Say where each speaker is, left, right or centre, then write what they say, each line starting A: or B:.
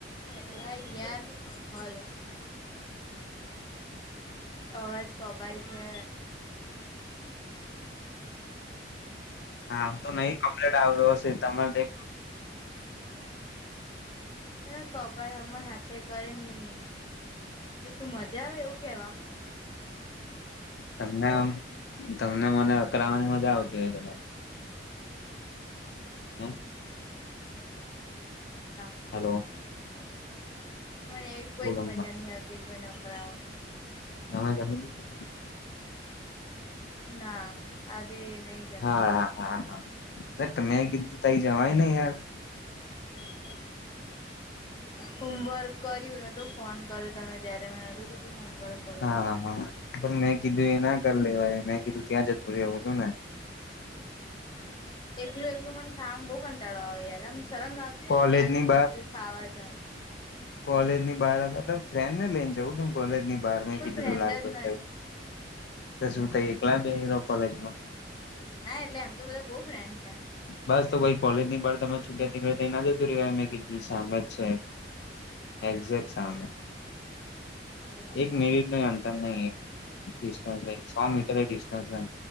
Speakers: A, on the left (about 25°); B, on the left (about 65°).
A: અલા યાર હલો. અવાજ કપાય છે.
B: હા તો નહી કમ્પ્લીટ આવ્યો હશે, તમારે
A: હ કભાઈ અમર હાથે કરીને. એ શું મજા આવે એવું કેવામ.
B: તમને
A: છે
B: તમને મને અકરાવાની મજા આવતી હોય કદાચ. હા.
A: ના
B: હલો.
A: મને એવી કોઈ
B: બોલો
A: જ
B: બોલો
A: મજા નહી આવતી કોઈ નોકરાવામાં.
B: હા <unintelligible>
A: ના. આજે નહીં જમી
B: હા હા હા, તમે કીધું તઈ જવાય નહી યાર.
A: <inaudible> હોમવર્ક કર્યું નોતું ફોન કર્યું તમે ત્યારે મેં નતું કે તું હોમવર્ક. કરું
B: હા
A: છું
B: હા હા પણ મેં કીધું એ ના કરી લેવા મેં કીધું ત્યાં જતું રહવું હતું ને.
A: એકલું એકલું મને ખા બહુ કંટાળવાય મ શરમ નાતી હોય
B: કોલેજ
A: ને એવું લાગે
B: ની
A: મને એકલું ખાવા જામ.
B: કોલેજ ની બહાર આવ ત ફ્રેન્ડ ને લઈને જઉું ત કોલેજ ની બાર
A: કોઈ
B: કીધું
A: ફ્રેન્ડ
B: તું લાલભાઈાઈ,
A: જ નહીં
B: તો શું થ એકલા બે કોલેજમાં?
A: ના એટલેમ તો બધા બહુ ફ્રેન્ડ છે.
B: બસ તો કોઈ કોલેજ ની બાર તમે છૂટ્યા નીકળ ના જતું રહેવાય મે કીધું સામે જ છે એક્ઝેક સામે
A: બરાબર
B: એક મિનિટ નું અંતર નહી ડિસ નહિ સો મીટર ડિસ્ટન્સ હે